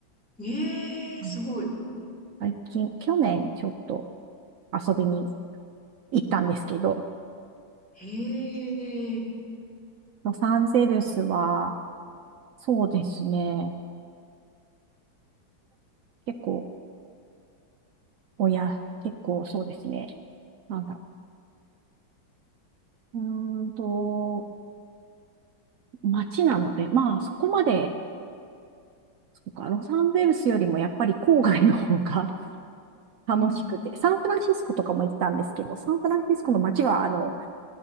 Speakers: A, in the centre; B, on the right.
A: へえ、
B: うん
A: すごい。
B: 最近、去年ちょっと遊びに行ったんですけど、
A: へえ。
B: ロサンゼルスは、そうですね。結構、親、結構そうですね。なんだろううーんと、街なので、まあそこまで、そうか、ロサンゼルスよりもやっぱり郊外の方が <laughs> 楽しくて、
A: うんうん。
B: サンフランシスコとかも行ったんですけど、サンフランシスコの街は、あの、